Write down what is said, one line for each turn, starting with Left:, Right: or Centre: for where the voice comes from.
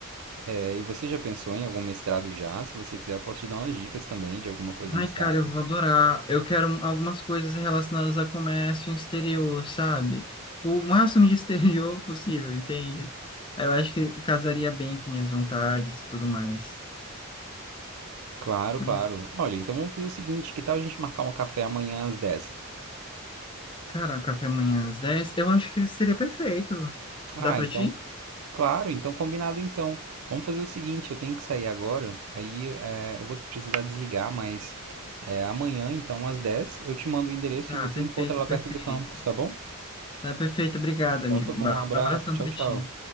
Right: é, e você já pensou em algum mestrado já? Se você quiser, eu posso te dar umas dicas também de alguma coisa
Left: Ai,
Right: nessa
Left: cara,
Right: área.
Left: eu vou adorar. Eu quero um, algumas coisas relacionadas a comércio exterior, sabe? O máximo de <laughs> exterior possível, entende? Eu acho que casaria bem com minhas vontades e tudo mais.
Right: Claro,
Left: Mas,
Right: claro. Olha, então vamos fazer o seguinte, que tal a gente marcar um café amanhã às dez?
Left: cara, um café amanhã às 10 eu acho que seria perfeito.
Right: Ah,
Left: Dá pra
Right: então,
Left: ti?
Right: claro, então combinado então. Vamos fazer o seguinte, eu tenho que sair agora, aí é, eu vou precisar desligar, mas é, amanhã então às 10 eu te mando o endereço
Left: Tá,
Right: e você
Left: perfeito,
Right: encontra lá
Left: perfeito.
Right: perto do campus, tá bom?
Left: Tá perfeito, obrigado,
Right: Então
Left: amigo.
Right: tá bom,
Left: Um
Right: um abraço,
Left: abração
Right: tchau,
Left: pra
Right: tchau.
Left: ti.